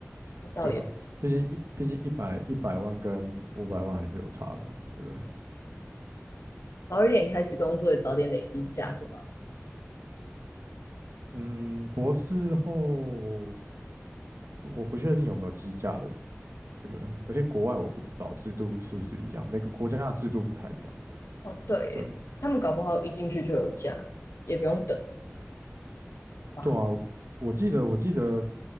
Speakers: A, on the left (about 75°); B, on the right (about 60°).
A: 那倒也
B: 对啊，毕竟一毕竟一百一百万跟五百万还是有差的嘛，对不对？
A: 早一点开始工作，早点累积假是吗？
B: 嗯，博士后不我不确定有没有计价的这个，而且国外我不知道制度是不是一样，每个国家的制度不太一样。
A: 哦，对耶，
B: 对
A: 他们搞不好一进去就有假，也不用等嘛。
B: 对啊，我记得我记得，